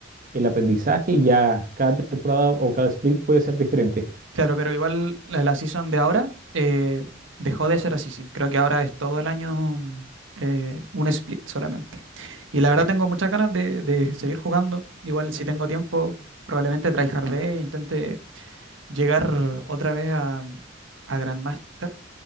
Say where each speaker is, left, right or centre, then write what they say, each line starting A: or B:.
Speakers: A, on the right; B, on the right.
A: el aprendizaje y ya cada temporada o cada split puede ser diferente.
B: Claro, pero igual la, la season de ahora eh, dejó de ser así, sí. Creo que ahora es todo el año eh, un split solamente. Y la verdad tengo muchas ganas de, de seguir jugando. Igual si tengo tiempo, probablemente tryhardé e intente llegar otra vez a, a Grandmaster.